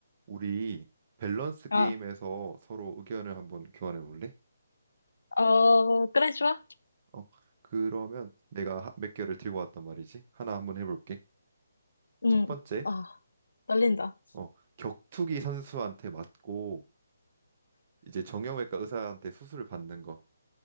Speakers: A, on the right; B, on the left.
A: 우리 밸런스
B: 아,
A: 게임에서 서로 의견을 한번 교환해 볼래?
B: 어, 그래, 좋아.
A: 어, 그러면 내가 하- 몇 개를 들고 왔단 말이지. 하나 한번 해볼게.
B: 응.
A: 첫 번째,
B: 아, 떨린다.
A: 어, 격투기 선수한테 맞고 이제 정형외과 의사한테 수술을 받는 거.